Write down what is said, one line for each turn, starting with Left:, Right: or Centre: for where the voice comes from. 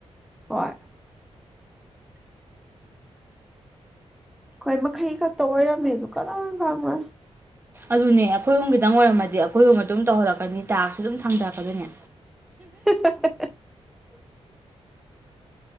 Centre: ꯍꯣꯏ ꯈ‌ꯣꯏ ꯃꯈꯩ ꯈꯛꯇ ꯑꯣꯏꯔꯝꯃꯦꯁꯨ <inaudible> ꯗꯥꯝ <inaudible>
Right: ꯑꯗꯨꯅꯦ ꯑꯈꯣꯏꯍꯨꯝ ꯈꯤꯇꯪ ꯑꯣꯏꯔꯝꯃꯗꯤ ꯑꯩꯈꯣꯏꯍꯨꯝ ꯑꯗꯨꯝ ꯇꯧꯍꯜꯂꯛꯀꯅꯤ ꯇꯥꯛꯒꯁꯨ ꯑꯗꯨꯝ ꯁꯥꯡꯂꯔꯛꯀꯗꯣꯏꯅꯦ
Centre: <unintelligible>